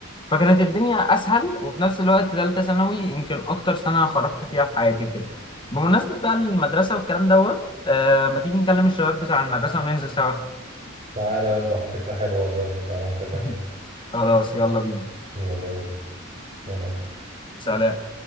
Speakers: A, on the left (about 25°); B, on the right (about 35°).
A: فكانت الدنيا اسهل وفي نفس الوقت ثالثه ثانوي يمكن اكتر سنه خرجت فيها في حياتي وكده بمناسبه بقى المدرسه والكلام دوت آه ما تيجي نكلم الشباب بتاع المدرسه وننزل سوا
B: تعالى يلا فكرة حلوة والله تعالى نكلمه
A: <laughs> خلاص يلا بينا
B: يلا بينا سلام
A: سلام